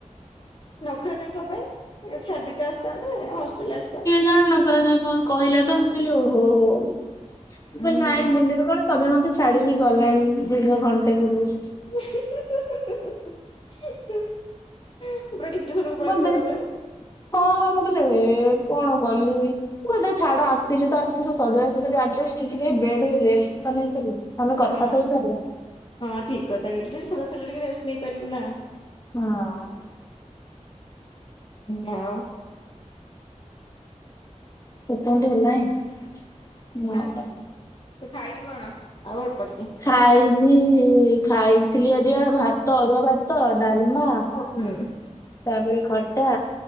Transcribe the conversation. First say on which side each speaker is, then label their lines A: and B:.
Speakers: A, on the left (about 40°); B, on the left (about 25°).
A: ନଖରା ଯାଏ କଣ ପାଇଁ ଛାଡିଦେଇ ତ ଆସିଥାନ୍ତେ ହଷ୍ଟେଲ ଆସିଥା
B: ଜା ନଖରା ଯାଏ କଣ କହିଲେ ତ ମୁଁ କହିଲି ଓହୋ ହୋ ମୁଁ କହିଲି
A: ଉଁ
B: ନାଇଁ
A: ହୁଁ
B: ବୁଲିବି କଣ ସବେ ମତେ ଛାଡିକି ଗଲାଣି ଦୀର୍ଘ ଘଣ୍ଟେ ପୂର୍ବରୁ।
A: ପ୍ରେଡିକ୍ଟେସନ କୁ ପଳେଇଥିବୁ ସେତେବେଳେ ଆଉ।
B: ମୁଁ କହିଲି ଧେତ୍ ହଁ ବା ମୁଁ କହିଲି ହେ କଣ କଲି ମୁଁ କହିଲି ଦେ ଛାଡ ଆସିଲି ତ ଆସିଲି ସଜଡା ସଜଡ଼ି ଆଲିଷ୍ଟ ଟିକେ ବେଡ ରେଷ୍ଟ ତ ନେଇପାରିବ ଆମେ କଥା
A: ହଁ
B: ତ ହେଇପାରିବା
A: ହଁ ଠିକ୍ କଥା କହିଲୁ ଟିକେ ସଜଡା ସଜଡ଼ି ଟିକେ ରେଷ୍ଟ ନେଇ ପାରିବୁ ନା।
B: ହଁ।
A: ନା
B: କେତେ ମିନିଟ୍ ହେଲାଇଁ
A: ନା
B: <unintelligible>
A: ତୁ ଖାଇଛୁ କଣ ଆଉ ଅଳ୍ପ ଟିକେ।
B: ଖାଇଛି ଖାଇଥିଲି ଆଜିିବା ଭାତ ଅରୁଆ ଭାତ ଡାଲମା
A: ହୁଁ।
B: ତାପରେ ଖଟା